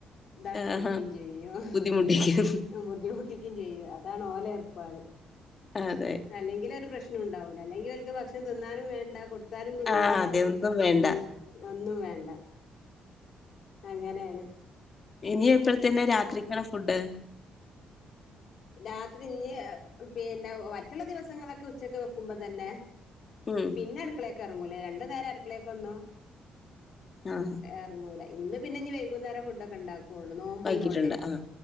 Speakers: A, on the left; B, on the left.
A: ഇതാക്കിപ്പിക്കുകയും
B: ആഹാ
A: ചെയ്യും ങ്ഹാ
B: ബുദ്ധിമുട്ടിക്കും
A: ബുദ്ധിമുട്ടിക്കും ചെയ്യും അതാണ് ഓല ഏർപ്പാട്
B: അതെ
A: അല്ലെങ്കിൽ ഒരു പ്രശ്നം ഉണ്ടാവൂല അല്ലെങ്കിൽ ഓൽക്ക് ഭക്ഷണം തിന്നാനും വേണ്ട കൊടു കൊട്ത്താലും തിന്നൂല
B: ആ അതെ ഒന്നും വേണ്ട
A: ഉം ഒന്നും വേണ്ട അങ്ങനെയാ ണ്
B: ഇനി എപ്പളത്തിനാ രാത്രിക്കാണ് ഫുഡ്
A: രാത്രി ഇഞി പിന്നെ മറ്റുള്ള ദിവസങ്ങളൊക്കെ ഉച്ചക്ക് വെക്കുമ്പോ തന്നെ
B: ഉം
A: പിന്നെ അടുക്കളേക്ക് ഇറങ്ങൂല രണ്ടു നേരം അടുക്കളേക്ക് വന്നു
B: ആ
A: ഇറങ്ങൂല ഇന്ന് പിന്നെ ഇനി വൈകുന്നേരം ഫുഡൊക്കെ ണ്ടാക്കും ള്ളൂ നോമ്പള്ളൂണ്ടേ
B: വൈകിട്ടുണ്ട് ആഹ്